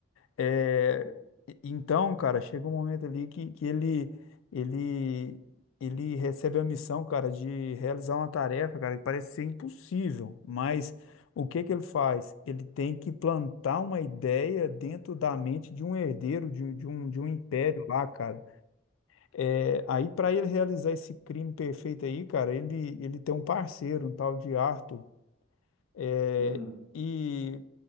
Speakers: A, on the left; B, on the left.
A: É,
B: Ô, louco.
A: e- então, cara, chega um momento ali que, que ele, ele, ele recebe a missão, cara, de realizar uma tarefa, cara, que parece ser impossível, mas o que que ele faz? Ele tem que plantar uma ideia dentro da mente de um herdeiro, de, de um, de um império lá, cara. É, aí, para ele realizar esse crime perfeito aí, cara, ele, ele tem um parceiro, um tal de Arthur. É,
B: Hum.
A: e